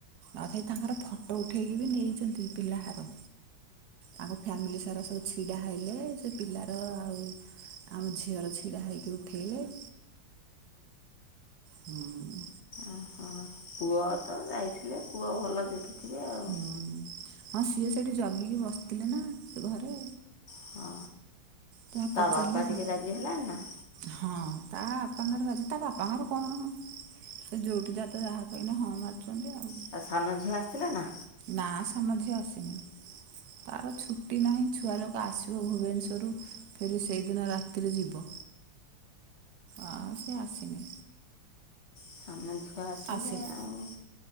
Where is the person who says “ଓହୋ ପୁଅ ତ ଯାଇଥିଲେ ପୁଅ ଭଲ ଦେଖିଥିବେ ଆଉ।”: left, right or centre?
Left